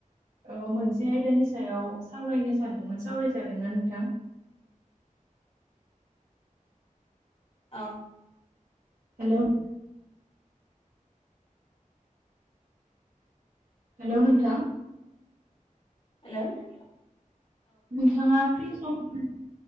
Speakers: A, on the right; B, on the left.
A: औ मोनसे आयदानि सायाव सावरायनो सानदोंमोन सावरायजागोन ना नोंथां?
B: ओं
A: हेल' हेल' नोंथां
B: हेल' <unintelligible>
A: नोंथाङा फ्रि सम